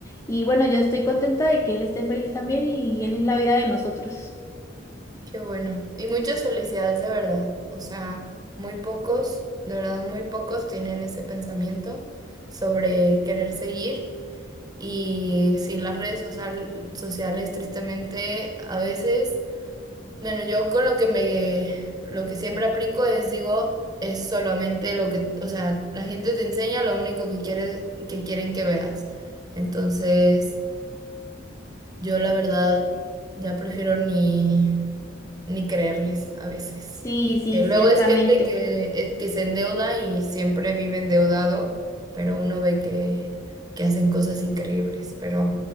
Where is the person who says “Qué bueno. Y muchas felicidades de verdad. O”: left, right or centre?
Right